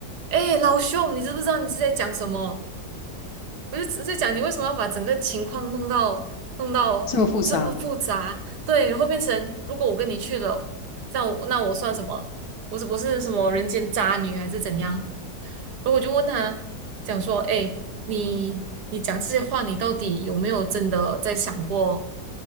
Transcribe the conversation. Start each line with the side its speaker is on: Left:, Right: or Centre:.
Right: 哎，老兄，你知不知道你是在讲什么？我就只是讲你为什么要把整个情况弄到弄到这么复杂？
Left: 这么复杂，
Right: 对，然后变成如果我跟你去了，那我那我算什么？我是我是什么人间渣女还是怎样？然后我就问他，讲说，哎，你你讲这些话，你到底有没有真的在想过，